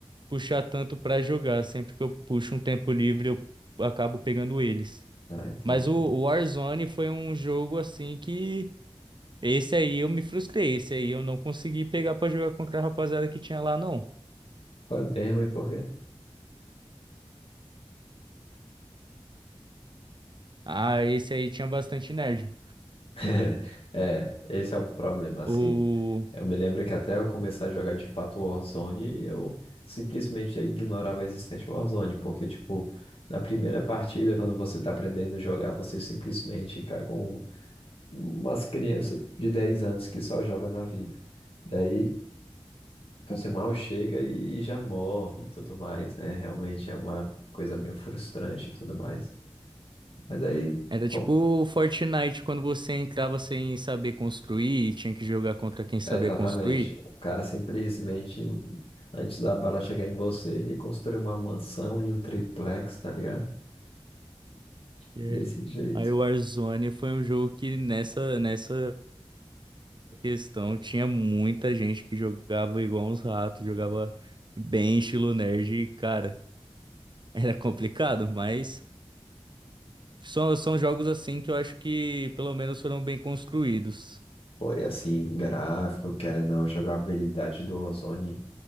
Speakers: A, on the right (about 55°); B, on the left (about 80°).
A: puxar tanto pra jogar. Sempre que eu puxo um tempo livre, eu acabo pegando eles.
B: Ah, entendi.
A: Mas o o Warzone foi um jogo assim que esse aí eu me frustrei, esse aí eu não consegui pegar pra jogar contra a rapaziada que tinha lá não.
B: Foi mesmo, e por quê?
A: Ah, esse aí tinha bastante nerd.
B: <laughs> É, esse é o problema, assim.
A: O
B: Eu me lembro que até eu começar a jogar de fato Warzone, eu simplesmente ignorava a existência do Warzone, porque, tipo, na primeira partida, quando você tá aprendendo a jogar, você simplesmente cai com umas crianças de 10 anos que só jogam na vida. Daí, você mal chega e já morre e tudo mais, né? Realmente é uma coisa meio frustrante e tudo mais. Mas aí.
A: era
B: com-
A: tipo o Fortnite quando você entrava sem saber construir e tinha que jogar contra quem sabia
B: Exatamente.
A: construir.
B: O cara simplesmente, antes da bala chegar em você, ele construiu uma mansão e um triplex, tá ligado?
A: É.
B: Desse jeito.
A: Aí o Warzone foi um jogo que nessa nessa questão, tinha muita gente que jogava igual uns ratos, jogava bem estilo nerd, e, cara, <laughs> era complicado, mas são, são jogos assim que eu acho que pelo menos foram bem construídos.
B: Foi assim, gráfico, querendo ou não, a jogabilidade do Ozone